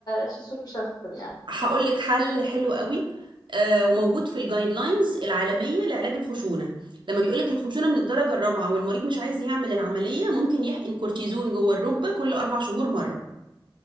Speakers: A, on the left; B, on the right.
A: شي سوبر سنسيتيف يعني
B: هقول لك حل حلو قوي آه وموجود في الجايد لاينز العالمية لعلاج الخشونة لما بيقولك الخشونة من الدرجة الرابعة والمريض مش عايز يعمل العملية ممكن يحقن كورتيزون جوه الركبة كل أربع شهور مرة